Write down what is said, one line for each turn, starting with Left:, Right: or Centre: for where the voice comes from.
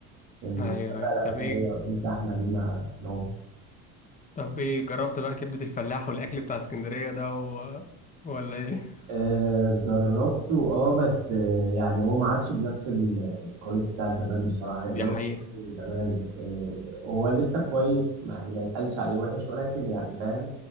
Right: لكن
Left: ايوه
Right: الحاجات بقى
Left: ايوه
Right: الأثرية
Left: طب ايه
Right: الزحمة دي ما نو
Left: طب ايه جربت بقى كبدة الفلاح والاكل بتاع اسكندرية ده و... ولا ايه
Right: آه، جربته اه بس آه، يعني هو ما عادش بنفس ال- الكواليتي بتاعت زمان بصراحة يقدروا
Left: دي حقيقة
Right: يكونوا زمان آه، هو لسه كويس ما- يعني ما يتقالش عليه وحش ولكن يعني فاهم